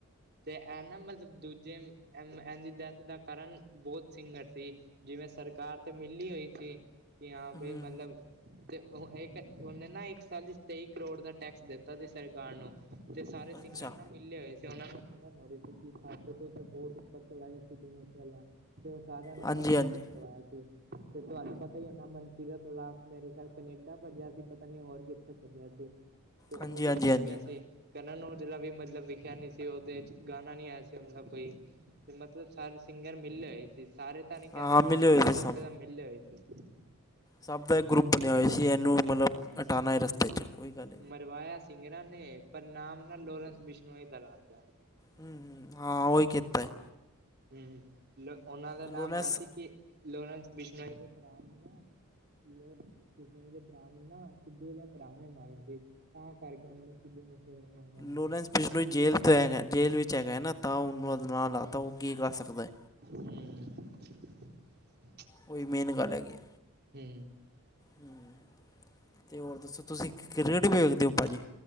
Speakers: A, on the right; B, on the left.
A: ਤੇ ਇਹ ਨਾ ਮਤਲਬ ਦੂਜੇ ਇਹ ਦੀ ਡੈਥ ਦਾ ਕਰਨ ਬਹੁਤ ਸਿੰਗਰ ਸੀ। ਜਿਵੇਂ ਸਰਕਾਰ ਤੇ ਮਿਲਲੀ ਹੋਈ ਸੀ ਕਿ ਹਾਂ ਬ
B: ਹੂੰ
A: ਮਤਲਬ ਤੇ ਇੱਕ ਉਹਨੇ ਨਾ ਇੱਕ ਸਾਲ ਚ ਤੇਈ ਕਰੋੜ ਦਾ ਟੈਕਸ ਦਿੱਤਾ ਸੀ ਸਰਕਾਰ ਨੂੰ। ਤੇ ਸਾਰੇ ਸਿੰਗਰ
B: ਅੱਛਾ
A: ਨਾ ਮਿਲਲੇ ਹੋਏ ਸੀ। ਓਨਾ ਨੂੰ ਛੜਨ ਹੋ ਰਹੀ ਸੀ ਕਿ, ਸਾਡੇ ਤੋਂ ਤਾਂ ਬਹੁਤ ਉੱਪਰ ਚਲਾ ਗਿਆ ਸਿਧੂ ਮੂਸੇਵਾਲਾ। ਤੇ ਓਹ ਸਾਰਿਆਂ ਨੇ
B: ਹਾਂਜੀ
A: ਨਾ ਮਿਲ
B: ਹਾਂਜੀ
A: ਕੇ ਮਰਵਾਇਆ ਸੀ। ਤੇ ਤੁਹਾਨੂੰ ਪਤਾ ਹੀ ਹੋਣਾ ਮਨਕੀਰਤ ਔਲਾਖ ਮੇਰੇ ਖਿਆਲ ਕਨੇਡਾ ਭੱਜਿਆ ਸੀ ਪਤਾ ਨੀ ਹੋਰ ਕਿੱਥੇ ਭੱਜਿਆ ਸੀ। ਤੇ
B: ਹਾਂਜੀ
A: ਉਹ ਵੀ
B: ਹਾਂਜੀ
A: ਭਜ
B: ਹਾਂਜੀ
A: ਗਿਆ ਸੀ। ਕਰਨ ਓਜਲਾ ਵੀ ਮਤਲਬ ਲਿਖਿਆ ਨੀ ਸੀ ਉਹਦੇ ਚ ਗਾਣਾ ਨੀ ਆਇਆ ਸੀ। ਉਹ ਦਾ ਕੋਈ ਤੇ ਮਤਲਬ ਸਾਰੇ ਸਿੰਗਰ ਮਿਲਲੇ ਹੋਏ ਸੀ। ਸਾਰੇ ਤਾਂ ਨੀ ਕਹਿ
B: ਹਾਂ ਹਾਂ
A: ਸਕਦੇ
B: ਮਿਲੇ
A: ਥੋਡੇ-
B: ਹੋਏ ਸੀ
A: ਬਹੁਤੇ
B: ਸਭ
A: ਤਾਂ ਮਿਲਲੇ ਹੋਏ ਸੀ।
B: ਸਭ ਦਾ ਇੱਕ ਗਰੁੱਪ
A: ਹਮ
B: ਬਣਿਆ ਹੋਇ ਸੀ। ਇਹਨੂੰ ਮਤਲਬ ਹਟਾਉਣਾ ਐ ਰਸਤੇ 'ਚ ਕੋਈ ਗੱਲ ਨਹੀਂ।
A: ਮਰਵਾਇਆ ਸਿੰਗਰਾਂ ਨੇ ਪਰ ਨਾਮ ਨਾ ਲੋਰੈਂਸ ਬਿਸ਼ਨੋ ਹੀ ਦ ਲਾਤਾ।
B: ਹੂੰ, ਹੂੰ, ਹਾਂ ਉਹੀ ਕੀਤਾ ਏ।
A: ਹਮ ਲੋ ਉਹਨਾਂ ਦਾ
B: ਲੋਰੈਂਸ
A: ਨਾਮ ਆਇਆ ਸੀ ਕਿ ਲੋਰੈਂਸ ਬਿਸ਼ਨੋਈ ਦੇ ਭਰਾ ਨੇ ਨਾ ਦੇ ਭਰਾ ਨੂੰ ਨਾ ਸਿੱਧੂ ਦੇ ਭਰਾ ਨੇ ਮਾਰਿਆ ਸੀ ਤਾਂ ਕਰਕੇ ਉਹਨੂੰ <inaudible>
B: ਲੋਰੈਂਸ ਬਿਸ਼ਨੋਈ ਜੇਲ੍ਹ ਹੈਗਾ ਜੇਲ੍ਹ ਵਿੱਚ ਹੈਗਾ ਨਾ। ਤਾਂ ਉਹਨੂੰ ਨਾਲ ਲਾ ਤਾਂ ਉਹ ਕੀ ਕਰਾ ਸਕਦਾ।
A: ਹੂੰ
B: ਉਹੀ ਮੇਨ ਗੱਲ ਹੈਗੀ ਆ।
A: ਹੂੰ
B: ਹਮ ਤੇ ਹੋਰ ਦੱਸੋ ਤੁਸੀਂ ਕ੍ਰੀਕਟ ਵੇਖਦੇ ਹੋ ਭਾਅ ਜੀ?